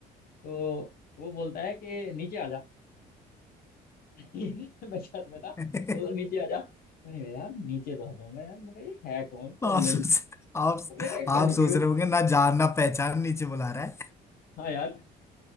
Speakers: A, on the left; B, on the left.
A: तो वो बोलता है कि नीचे आ जा <laughs> मैं छत में था
B: <laughs>
A: बोला नीचे आ जा मैंने कहा यार नीचे तो आ जाऊंगा यार मगर ये है कौन कौन
B: आप
A: नहीं
B: सोच
A: तो
B: आप
A: मैं यार
B: आप
A: कंफ्यूज
B: सोच रहे होंगे ना जान ना पहचान नीचे बुला रहा है
A: हाँ यार